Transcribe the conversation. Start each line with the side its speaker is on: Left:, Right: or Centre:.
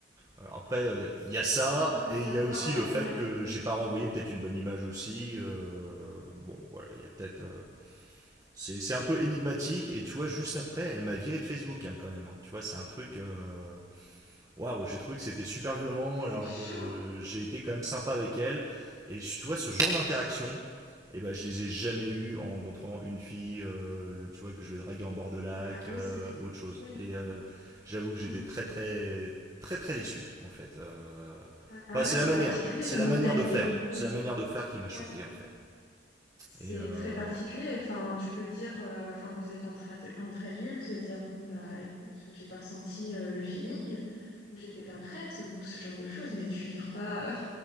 Right: Alors après, il euh, y a ça,
Left: Oui, non, mais
Right: et
Left: parfois,
Right: il y a aussi
Left: la
Right: le
Left: première...
Right: fait que
Left: Oui.
Right: j'ai pas
Left: mm.
Right: renvoyé peut-être une bonne image aussi. Euh, bon, voilà, il y a peut-être. Euh, C'est, c'est un peu énigmatique, et tu vois, juste
Left: Bah,
Right: après, elle m'a viré de Facebook hein, quand même. hein. Tu vois, c'est un truc. euh, Waouh, j'ai trouvé que c'était super violent
Left: ah, c'est
Right: alors
Left: chaud.
Right: que j'ai été quand même sympa avec elle. Et je- tu vois, ce genre d'interaction, eh ben, je les ai jamais eues en rencontrant une fille, euh, tu vois, que je vais draguer en bord de lac
Left: C'est pas possible,
Right: euh,
Left: ça.
Right: ou autre chose.
Left: Oui.
Right: Et euh, j'avoue que j'étais
Left: mm.
Right: très, très, très, très déçu, en fait. Euh,
Left: Ah, ah
Right: Enfin,
Left: ouais,
Right: c'est
Left: c'est
Right: la manière,
Left: particulier
Right: c'est
Left: comme
Right: la
Left: mentalité.
Right: manière de faire,
Left: Oui.
Right: c'est la manière de faire qui m'a
Left: Ouais.
Right: choqué, en fait.
Left: C'est
Right: Et euh,
Left: très particulier.
Right: ouais.
Left: Enfin, tu peux dire... euh, Enfin, vous êtes entre, ad- entre adultes, dire, bon, bah, écoute, j'ai pas ressenti euh, le feeling, ou j'étais pas prête, ou ce genre de choses, mais tu vires pas... euh,